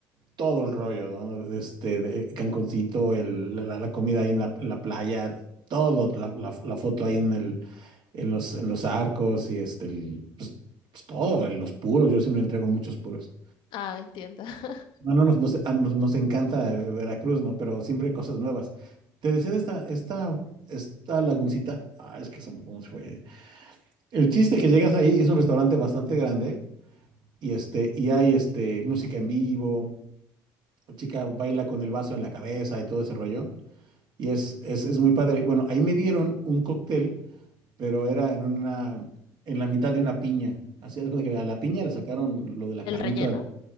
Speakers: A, on the right (about 60°); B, on the left (about 65°).
A: todo el rollo, ¿no? Este, de Cancuncito, el, la, la- la comida ahí en la, en la playa, todo, la, la- la foto ahí en el, en los, en los arcos y este, el- pues, pues todo, los puros. Yo siempre entrego muchos puros.
B: Ah, entiendo. <laughs>
A: No, no, nos, nos, a nos- nos encanta eh, Veracruz, ¿no? Pero siempre hay cosas nuevas. Te decía de esta, esta, esta laguncita. Ah, es que son, ¿cómo se fue? El chiste que llegas ahí es un restaurante bastante grande y este y hay este música en vivo, la chica baila con el vaso en la cabeza y todo ese rollo y es es, es muy padre. Bueno, ahí me dieron un cóctel, pero era en una en la mitad de una piña. Así es que a la piña le sacaron lo de la
B: El
A: carnita
B: relleno.
A: de la-